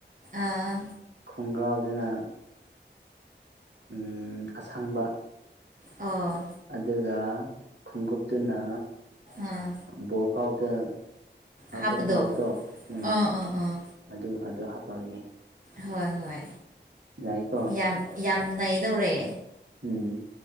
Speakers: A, on the right; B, on the right.
A: ꯑꯥ
B: ꯈꯣꯡꯒ꯭ꯔꯥꯎꯗꯅ ꯎ ꯑꯁꯪꯕ
A: ꯑ
B: ꯑꯗꯨꯒ ꯈꯣꯡꯎꯞꯇꯨꯅ
A: ꯑꯥ
B: ꯕꯣꯜ ꯀꯥꯎꯕꯗ ꯍꯥꯞꯄ
A: ꯍꯥꯞꯄꯗꯣ
B: ꯈꯣꯡꯎꯞꯇꯣ ꯎꯝ
A: ꯑꯥ ꯑꯥ ꯑꯥ
B: ꯑꯗꯨ ꯑꯗꯨ ꯍꯥꯞꯄꯛꯒꯦ
A: ꯍꯣꯏ ꯍꯣꯏ
B: ꯌꯥꯏꯀꯣ
A: ꯌꯥꯝ ꯌꯥꯝ ꯅꯩꯗꯧꯔꯦ
B: ꯎꯝ